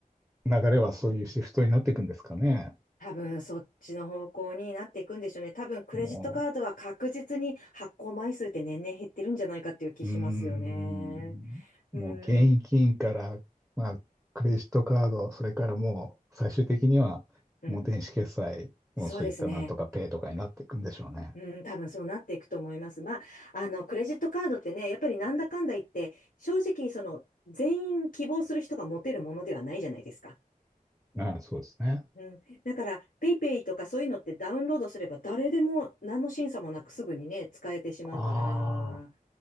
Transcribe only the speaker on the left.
多分そっちの方向になっていくんでしょうね。多分クレジットカードは確実に発行枚数って年々減ってるんじゃないかっていう気しますよね。
うん。
うん。そうですね。
うん、多分そうなっていくと思います。まあ、あの、クレジットカードってね、やっぱりなんだかんだ言って、正直、その、全員希望する人が持てるものではないじゃないですか。
うん。だから、ペイペイとかそういうのってダウンロードすれば誰でも何の審査もなくすぐにね、使えてしまうから、